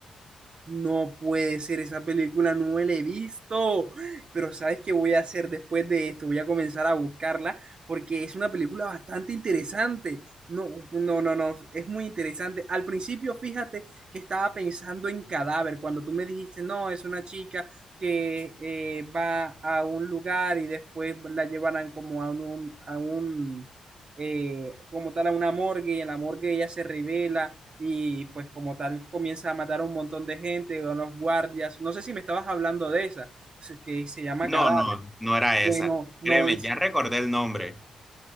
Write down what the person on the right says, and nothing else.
No puede ser, esa película no me la he visto. Pero ¿sabes qué voy a hacer después de esto? Voy a comenzar a buscarla porque es una película bastante interesante. No, no, no, no, es muy interesante. Al principio, fíjate que estaba pensando en Cadáver, cuando tú me dijiste, no, es una chica que eh, va a un lugar y después la llevarán como a un, a un eh, como tal, a una morgue y en la morgue ella se revela y pues como tal comienza a matar a un montón de gente, a unos guardias. No sé si me estabas hablando de esa, que se llama
Cadáver.
Bueno,
no
es...